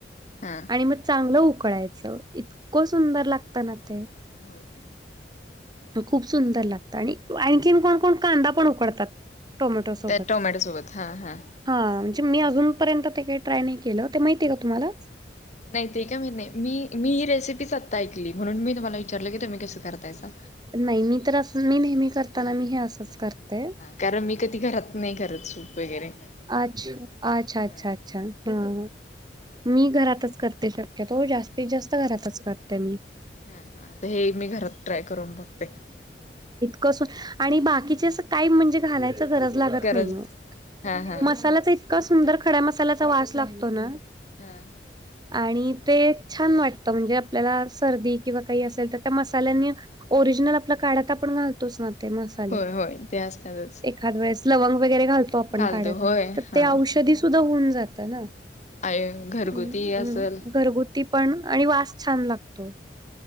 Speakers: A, on the left (about 40°); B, on the right (about 25°).
A: हा.
B: आणि मग चांगलं उकळायचं इतकं सुंदर लागतं ना ते.
A: हो
B: तू खूप सुंदर लागत आणि आणखीन कोण कोण? कांदा पण उकडतात टोमॅटो सोबत.
A: त्या टोमॅटो सोबत हा हा
B: हां. म्हणजे मी अजूनपर्यंत ते काही ट्राय नाही केलं ते माहिती आहे का तुम्हाला?
A: नाही ते का मी नाही मी मी ही रेसिपीच आत्ता ऐकली म्हणून मी तुम्हाला विचारलं की तुम्ही कसं करतायसा.
B: नाही मी तर असं मी नेहमी करताना मी हे असंच करते.
A: कारण मी कधी घरात नाही करत सूप वगैरे.
B: अच्छा अच्छा
A: हा
B: अच्छा अच्छा हा मी घरातच करते शक्यतो, जास्तीत जास्त घरातच करते मी.
A: हा हा हे एक मी घरात ट्राय करून बघते.
B: कसून आणि बाकीचे असं काही म्हणजे घालायचं गरज लागत
A: गरज
B: नाही.
A: हा हा
B: मसाल्याचा इतका सुंदर खड्या मसाल्याचा वास लागतो ना.
A: हा
B: आणि ते छान वाटतं म्हणजे आपल्याला सर्दी किंवा काही असेल तर त्या मसाल्यांनी ओरिजिनल आपल्या काढ्यात आता आपण घालतोच ना. ते मसाले
A: होय होय ते असतातच
B: एखाद वेळेस लवंग वगैरे घालतो. आपण
A: घालतो
B: काढ्यात
A: होय
B: तर
A: हा
B: ते औषधी सुधा होऊन जात ना.
A: आय घरगुती
B: हम्म
A: असल
B: हम्म घरगुती पण आणि वास छान लागतो.